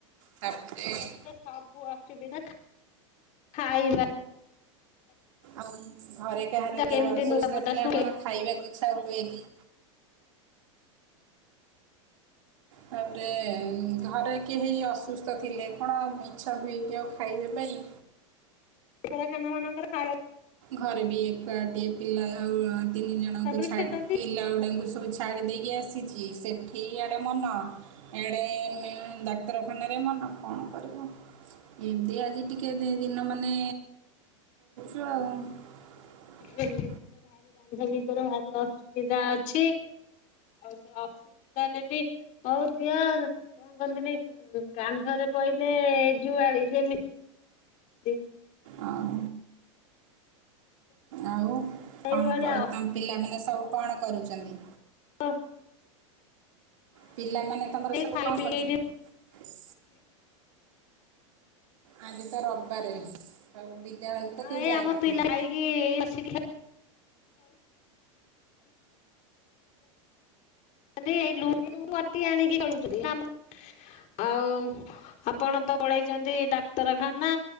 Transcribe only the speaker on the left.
ସେଠି ତ ସବୁ ଅସୁବିଧା, ଖା ଖାଇବା
କେମିତି
ଲୁଗାପଟା
ଶୁଖେଇ
ଡାକ୍ତରଖାନା ମାନଙ୍କର ଖାଇବା
ତାପରେ
ସେଟା ବି
ଏମିତି ଭାରି ବାନ୍ଧବୀଙ୍କର ଭାରି ଅସୁବିଧା ଅଛି। ଆଉ ସେ ଅ ସୁବିଧାରେ ବି ହଉ ଦିଅ କଣ କରିବି କାନ୍ଧରେ ପଇଲେ ଏ ଯୁଆଳି ଯେମି ତି
ସେଇଭଳିଆ
ତ
ଖାଇ
ପିଇକି
ଏଇଠି
ହଁ
ଏଇ
ଆମ
ପିଲା ଖାଇକି ଏଇ ବସିକି ଆଜି ଲୁଡୁଗୋଟି ଆଣିକି ଖେଳୁଛନ୍ତି, ଆମ ଆଉ ଆପଣ ତ ପଳେଇଛନ୍ତି ଡାକ୍ତରଖାନା।